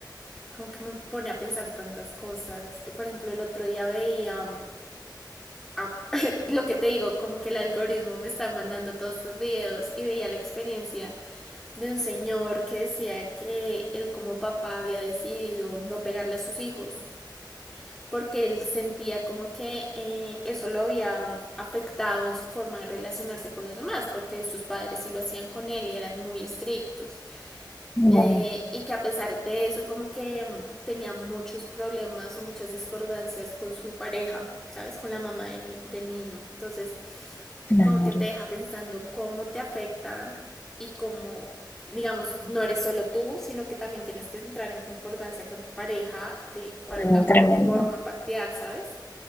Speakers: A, in the centre; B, on the left.
A: como que me pone a pensar tantas cosas. Por ejemplo, el otro día veía um, a, <laughs> lo que te digo, como que el algoritmo me está mandando todos estos videos y veía la experiencia de un señor que decía que él como papá había decidido no pegarle a sus hijos porque él sentía como que eh, eso lo había afectado en su forma de relacionarse con los demás, porque sus padres sí lo hacían con él y eran muy estrictos.
B: Wow,
A: Eh, y que a pesar de eso como que mm, tenía muchos problemas o muchas discordancias con su pareja, ¿sabes? Con la mamá del, del niño. Entonces
B: claro,
A: como que te deja pensando cómo te afecta y cómo, digamos, no eres solo tú, sino que también tienes que entrar en concordancia con tu pareja de cuál es la
B: no,
A: mejor
B: tremendo.
A: forma para criar, ¿sabes?